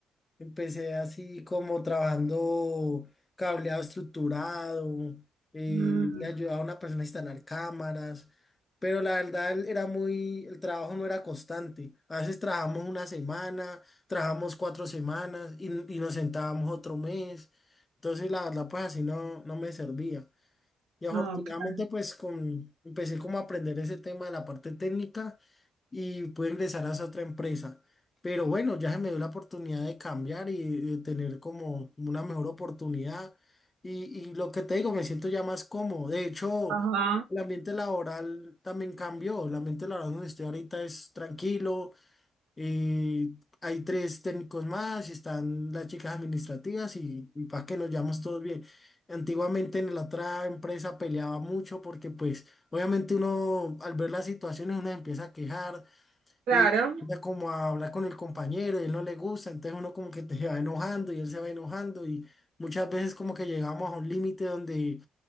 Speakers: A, on the left; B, on the right.
A: Empecé así como trabajando cableado estructurado, eh,
B: Mm,
A: le ayudaba a una persona a instalar cámaras, pero la verdad él era muy, el trabajo no era constante. A veces trabajamos una semana, trabajamos cuatro semanas y, y nos sentábamos otro mes. Entonces la verdad pues así no, no me servía. Y afortunadamente
B: no, cl-
A: pues con, empecé como a aprender ese tema de la parte técnica y pude ingresar a esa otra empresa. Pero bueno, ya se me dio la oportunidad de cambiar y de tener como una mejor oportunidad. Y, y lo que te digo, me siento ya más cómodo. De hecho,
B: ajá.
A: el ambiente laboral también cambió. El ambiente laboral donde estoy ahorita es tranquilo. eh, hay tres técnicos más, y están las chicas administrativas y, y para que nos llevamos todos bien. Antiguamente en la otra empresa peleaba mucho porque pues obviamente uno al ver las situaciones uno se empieza a quejar
B: Claro.
A: y ya como a hablar con el compañero y él no le gusta, entonces uno como que te va enojando y él se va enojando y muchas veces como que llegamos a un límite donde